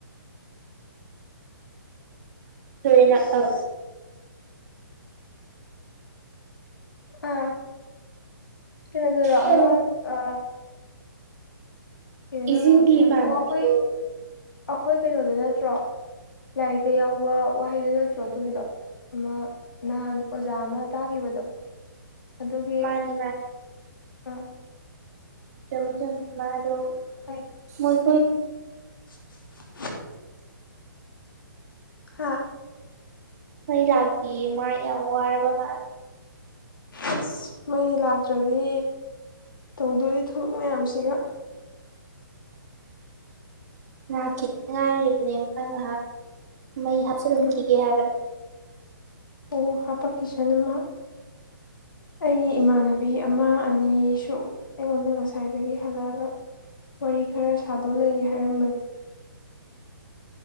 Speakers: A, on the right (about 50°); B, on the left (about 75°).
A: ꯇꯩꯅ
B: ꯑꯁ
A: ꯑ
B: ꯑꯥ ꯀꯩꯅꯣꯗꯔꯣ
A: ꯑꯧ
B: ꯑꯃꯛ ꯑ ꯀꯩꯅꯣ ꯅꯪꯅ
A: ꯏꯁꯤꯡꯒꯤ
B: ꯍꯧꯖꯤꯛ ꯍꯥꯏ
A: ꯏꯃꯥꯟꯅꯕꯤꯗꯨ
B: ꯑꯣ ꯑꯩꯈꯣꯏ ꯑꯩꯈꯣꯏ ꯀꯩꯅꯣꯗ ꯅꯠꯇ꯭ꯔꯣ ꯂꯥꯏꯔꯤꯛꯇꯥ ꯌꯥꯎꯕ ꯋꯥꯍꯩꯗꯨꯣ ꯅꯠꯇ꯭ꯔꯣ ꯑꯗꯨꯒꯤꯗꯣ ꯑꯃꯥ ꯅꯍꯥꯟ ꯑꯣꯖꯥ ꯑꯃꯅ ꯇꯥꯈꯤꯕꯗꯣ ꯑꯗꯨꯒꯤ
A: ꯃꯥꯅꯦ
B: ꯑꯏ
A: ꯆꯨꯝ ꯃꯥ ꯑ ꯑꯗꯨ
B: ꯈꯪꯉꯦ ꯈꯪꯉꯦ
A: ꯃꯣꯏ ꯀ
B: <inaudible> ꯍꯥꯥ
A: ꯃꯩ ꯂꯥꯛꯇ ꯃꯥ ꯌꯥꯝ ꯋꯥꯔꯕ ꯃꯥ
B: ꯑꯁ ꯃꯩ ꯂꯥꯛꯇ꯭ꯔꯗꯤ ꯇꯧꯗꯣꯔꯤ ꯊꯕꯛ ꯃꯌꯥꯝꯁꯤꯒ
A: ꯉꯥꯛ ꯈꯤꯇꯪ ꯉꯥꯏꯔꯤꯕꯅꯦ ꯃꯥ ꯉꯥꯏꯍꯥꯛ ꯃꯩ ꯍꯥꯞꯁ ꯂꯈꯤꯒꯦ
B: ꯎꯝ
A: ꯍꯥꯏꯒ
B: ꯑꯣ ꯍꯥꯄꯀꯤꯁꯅꯃ
A: <inaudible>
B: ꯑꯩꯒꯤ ꯏꯃꯥꯟꯅꯕꯤ ꯑꯃ ꯑꯅꯤꯁꯨ ꯑꯩꯉꯣꯟꯗ ꯉꯁꯥꯏꯗꯒꯤ ꯍꯜꯂꯛꯑꯒ ꯋꯥꯔꯤ ꯈꯔ ꯁꯥꯗꯣ ꯂꯩ ꯍꯥꯏꯔꯝꯕꯅꯤ